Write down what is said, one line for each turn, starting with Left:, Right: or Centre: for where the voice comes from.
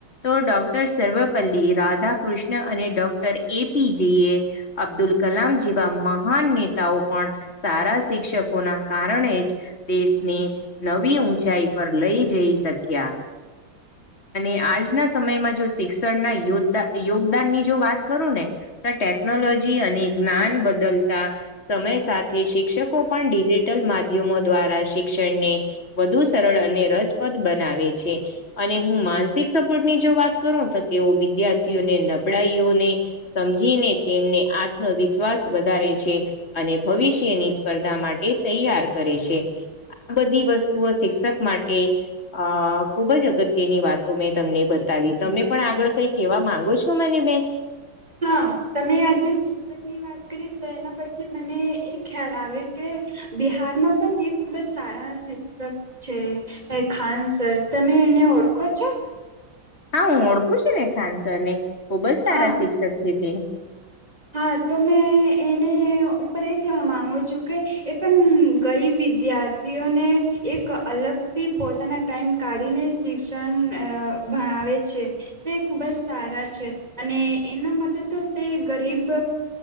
Left: તો ડોક્ટર સર્વપલ્લી રાધા કૃષ્ણ અને ડોક્ટર એ પી જી એ અબ્દુલ કલામ જેવા મહાન નેતાઓ પણ સારા શિક્ષકોના કારણે જ દેશને નવી ઊંચાઈ પર લઈ જઈ શક્યા. અને આજના સમયમાં જો શિક્ષણના યોદ્ધા યોગદાન ની જો વાત કરું ને તો ટેકનોલોજી અને જ્ઞાન બદલતા સમય સાથે શિક્ષકો પણ ડિજી ટલ માધ્યમો દ્વારા શિક્ષણને વધુ સરળ અને રસપ્રદ બનાવે છે. અને હું માનસિક સપોર્ટ ની જો વાત કરું તો તેઓ વિદ્યાર્ થી ઓ ને નબળાઈઓને સમજીને તેમને આત્મવિશ્વાસ વધારે છે. અને ભવિષ્યની સ્પર્ધા માટે તૈયાર કરે છે. આ બધી વસ્તુઓ શિક્ષક માટે. અહ ખુબ જ અગત્યની વાત તો મેં તમને બ આવી તમે પણ આગળ કઈ કેવા માંગો છો મને બેન?
Right: હા તમે આજે સી શિકષક ની વાત કરીએ તો એના પરથી મને એ ખ્યાલ આવે કે બિહારમાં પણ એ ખુબ જ સારા શિક્ષક છે એ ખાન સર તમે એને ઓળખો છો?
Left: હા હું ઓળખું છું ને ખાનસર ને ખુબ જ સારા
Right: હા
Left: શિક્ષક છે તે.
Right: હા તો મેં એને
Left: <unintelligible>
Right: ઉપર એ કેવા માંગ છું કે એ પણ ગરીબ વિદ્યાર્થીઓને એક અલગ થી પોતાના ટાઈમ કાઢીને શિક્ષણ અહ ભણાવે છે. તે ખુબ જ સારા છે અને એના માટે તો તે ગરીબ